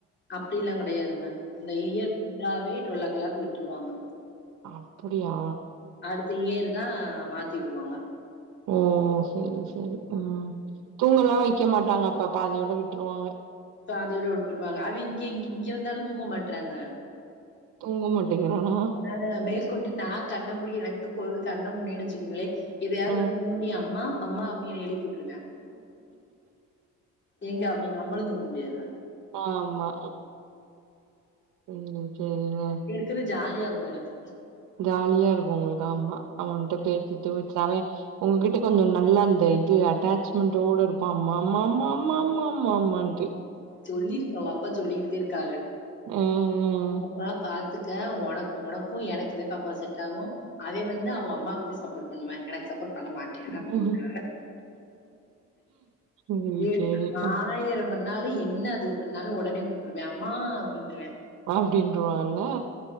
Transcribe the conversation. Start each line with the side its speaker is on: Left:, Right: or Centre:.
Left: அப்டில்லா கெடையாதுங்க அந்த இயர் ஃபுல்லாவே ட்வெல் ஓ க்ளாக் விட்டுருவாங்க
Right: அப்டியா
Left: அடுத்த இயர்தா மாத்தி விடுவாங்க
Right: ஓ செரி செரி ம் தூங்கல்லா வைக்க மாட்டாங்க அப்ப பாதியோட விட்ருவாங்க
Left: பாதியோட விட்ருவாங்க அவ இங்க இங்க வந்தாலு தூக்க மாட்றாங்க
Right: தூங்க மாட்டேங்றானா
Left: அதாங்க மேற்கொண்டு நா கண்ண மூடி எனக்கு‌ தூக்க வருது கண்ண மூடுன்னேன்னு வச்சுக்கோங்களே எதையாவது
Right: ம்.
Left: வந்து ‌நோண்டி அம்மா அம்மா அப்டினு‌ என்னைய எழுப்புட்ருவா எங்க அப்ற நம்மளு தூங்க முடியாது
Right: ஆமா ம் சேரி சேரிங்க
Left: க்ற ஜாலியா இருக்கு எனக்கு
Right: ஜாலியா இருக்கு உங்களுக்கு ஆமா அவன்ட்ட பேசிட்டு வச்சாவே உங்ககிட்ட கொஞ்ச நல்லா அந்த இது அட்டாச்மெண்டோட இருப்பா அம்மா அம்மா அம்மா அம்மான்னு
Left: சொல்லிருக்கு அவுக அப்பா சொல்லிக்கிட்டே‌தா இருக்காங்க
Right: ம்ம்ம்
Left: அப்ப பாத்துக்க உன உனக்கு எனக்குதா பாப்பா செட் ஆகு அவே வந்து அவ்க அம்மாவுக்குத்தே சப்போர்ட் பண்ணுவ எனக்கு சப்போர்ட் பண்ண மாட்டே அப்படினுவாக
Right: அ. சரி,
Left: ஏ
Right: சரி.
Left: ஆயிரம்
Right: ம்.
Left: பண்ணாலு என்ன அதுக்கு பண்ணாலு உடனே கூப்ட்ருவே அம்மா அப்படின்ருவா
Right: அப்படின்றவான்னா